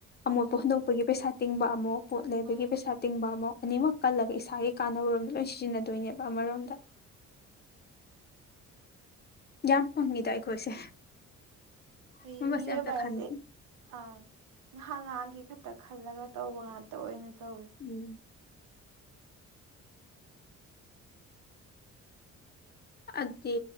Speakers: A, on the left (about 35°); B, on the right (about 80°).
A: ꯑꯃꯣꯠꯄ
B: ꯍꯣꯏ
A: ꯍꯨꯟꯗꯣꯛꯄꯒꯤ ꯄꯩꯁꯥ ꯇꯤꯡꯕ ꯑꯃꯨꯛ ꯄꯣꯠ ꯂꯩꯕꯒꯤ
B: ꯑꯥ
A: ꯄꯩꯁꯥ ꯇꯤꯡꯕ ꯑꯃ ꯑꯅꯤꯃꯛ ꯀꯜꯂꯒ ꯏꯁꯥꯒꯤ ꯀꯥꯅꯕꯔꯣꯝꯗ ꯂꯣꯏ ꯁꯤꯖꯤꯟꯅꯗꯣꯏꯅꯦꯕ ꯑꯃꯔꯣꯝꯗ ꯌꯥꯝ ꯐꯪꯉꯤꯗ ꯑꯩꯈꯣꯏꯁꯦ
B: ꯍꯣꯏ
A: ꯁꯨꯝꯕꯁꯦ
B: ꯃꯤꯑꯣꯏꯕꯁꯦ
A: ꯑꯝꯇ ꯈꯟꯗꯦ
B: ꯑ ꯉꯍꯥꯛ ꯉꯥꯏꯍꯥꯒꯤ ꯈꯛꯇ ꯈꯜꯂꯒ ꯇꯧꯕ ꯉꯥꯛꯇ ꯑꯣꯏꯅ ꯇꯧꯋꯦ
A: ꯎꯝ ꯑꯗꯨꯗꯤ